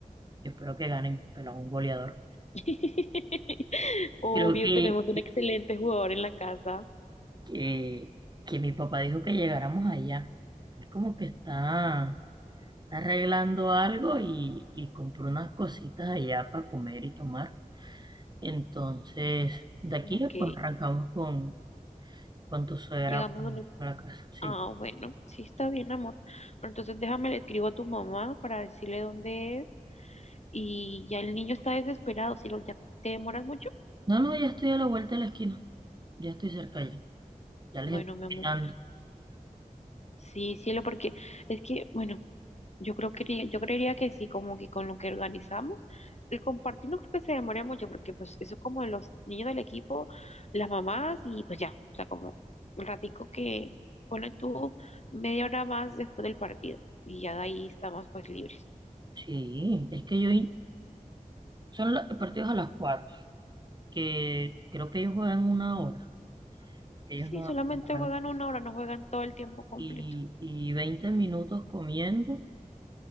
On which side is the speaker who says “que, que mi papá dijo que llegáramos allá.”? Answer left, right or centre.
Right